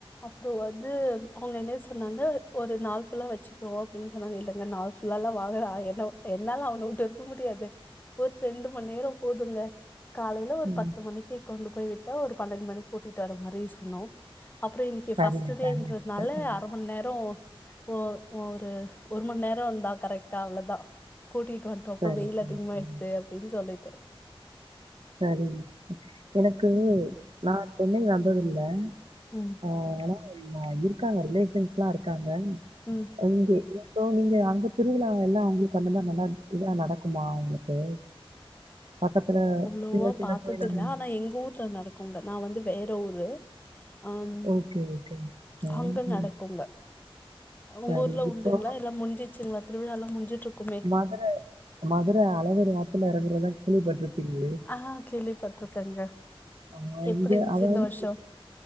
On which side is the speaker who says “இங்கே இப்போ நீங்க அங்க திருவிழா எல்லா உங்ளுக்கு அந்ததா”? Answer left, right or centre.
Right